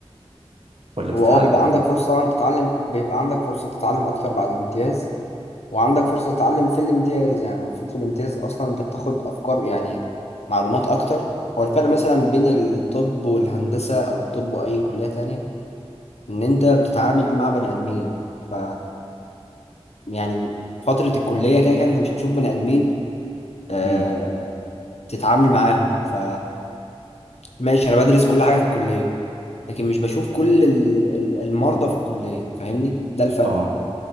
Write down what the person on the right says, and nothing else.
ولا بتتعلم
امم
اه